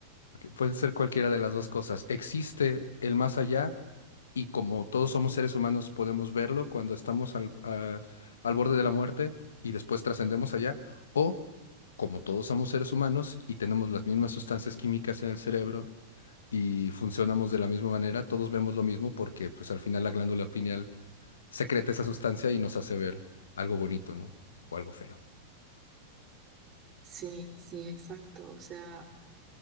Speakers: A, on the left; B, on the right.
A: Ok, Pueden ser cualquiera de las dos cosas. Existe el más allá y como todos somos seres humanos podemos verlo cuando estamos al, a- al borde de la muerte y después trascendemos allá, o como todos somos seres humanos y tenemos las mismas sustancias químicas en el cerebro, y funcionamos de la misma manera, todos vemos lo mismo porque pues al final la glándula pineal secreta esa sustancia y nos hace ver algo bonito, ¿no? O algo feo.
B: Sí, sí, exacto. O sea,